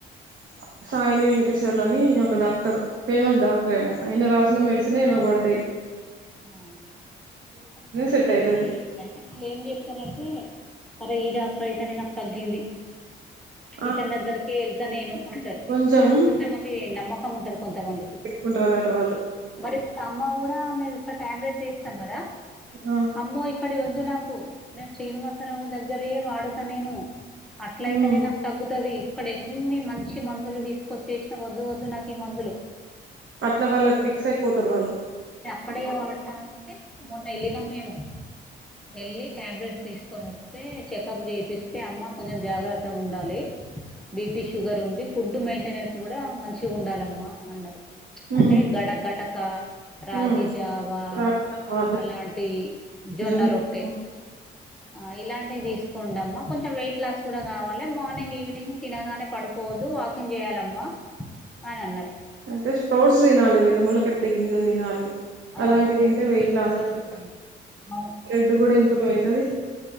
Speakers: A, on the right; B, in the centre.
A: <inaudible> సాయిని వెంకటేశ్వర్లు అని ఒక డాక్టరు ఫేమస్ డాక్టర్ ఆయన ఆయన రాసిన మెడిసినే ఈమెకి పడతాయ్.
B: ఆ అంతా
A: సెట్
B: కొందరి
A: అయితది
B: అంటే వీళ్ళు ఏం చేస్తారంటే ఈ డాక్టర్ అయితేనే నాకు తగ్గింది
A: <inaudible>
B: ఇతను దగ్గరికే వెళ్తా నేను అంటారు
A: కొంచెం
B: అని కొంతమంది నమ్మకం ఉంటది కొంతమందికి.
A: కుంటారు అంటివా
B: మరి ఇప్పుడు అమ్మ కూడా మేము ఇక్కడ టాబ్లెట్ వేస్తాం కదా
A: ఆ
B: అమ్మో అక్కడివి వద్దు నాకు నేను శ్రీనివాసరావు దగ్గరవే వాడుతా నేను. అట్లా
A: ఉమ్
B: అయితేనే నాకు తగ్గుతది అక్కడ ఎన్ని మంచి మందులు తీసుకొచ్చే యేసినా వద్దు వద్దు నాకు ఈ మందులు.
A: అట్లా వాళ్ళకి ఫిక్స్ అయిపోతారు వాళ్ళు
B: అక్కడ వాడతాంటే మొన్న వెళ్ళినాం మేము వెళ్ళి టాబ్లెట్స్ తీసుకొని వస్తే చెకప్ చేపిస్తే అమ్మ కొంచెం జాగ్రత్తగా ఉండాలి. బిపి షుగర్ ఉంది ఫుడ్ మెయింటెనెన్స్ కూడా మంచిగా ఉండాలమ్మా అన్నారు. అంటే
A: ఉమ్
B: గడ గటక రాగి
A: ఉమ్
B: జావా
A: కాలీఫ్లవర్
B: అలాంటి జొన్న
A: జున్ను
B: రొట్టె ఆ ఇలాంటివి తీసుకోన్ డమ్మా కొంచెం వెయిట్ లాస్ కూడా కావాల, మార్నింగ్ ఈవినింగ్ తినగానే పడుకోవద్దు వాకింగ్ చేయాలమ్మా అని అన్నారు
A: అంటే స్టోడ్స్ తినాలి వీళ్ళు ములకెత్తే గింజలు తినాలి.
B: ఆ,
A: అలాంటివి
B: మొలకెత్తే
A: తింటే వెయిట్
B: గింజలు
A: లాస్ అవుతుంది
B: కూడా. అవును
A: బ్లెడ్ కూడా ఇంప్రూవ్ అవుతది.